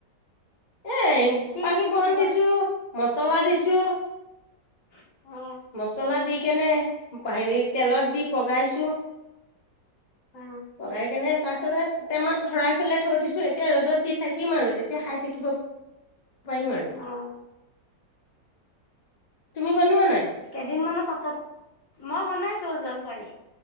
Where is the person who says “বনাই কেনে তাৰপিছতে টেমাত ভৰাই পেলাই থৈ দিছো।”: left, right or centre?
Left